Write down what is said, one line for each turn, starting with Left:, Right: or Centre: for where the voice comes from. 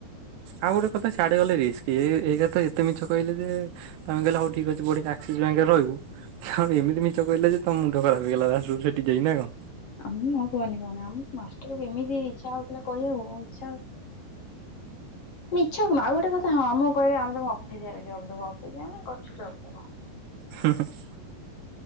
Right: ଆଉ ଗୋଟେ କଥା ସିଆଡେ ଗଲେ ରିସ୍କ ଏ ଏକ ରେ ଏତେ ମିଛ କହିଲେ ଯେ ତମେ କହିଲେ ହଉ ଠିକ ଅଛି ବଢିଆ ଆକ୍ସିସ୍ ବଙ୍କରେ ରହିବୁ ଏମିତି ମିଛ କହିଲେ ଯେ ତମ ମୁଣ୍ଡ ଖରାପ ହେଇଗଲା ଲାଷ୍ଟ କୁ ସେଠି ଯାଇ ନା କଣ?
Left: ଆମ କୁହନି କୁହନି ଆମ ମାଷ୍ଟର ଏମିତି ଇଚ୍ଛା ହଉଥିଲା କହିବାକୁ ଛ ମିଛକ ନୁହଁ ଆଉ ଗୋଟେ କଥା ହଁ ମୁଁ କହିଲେ ଆମେ ତମକୁ ଅଫିସିଆଲି ଜବ୍ ଦବୁ, ଅଫିସିଆଲି ନା କଚୁ ଜବ୍ ଦବ।
Right: ହୁଁ ହୁଁ।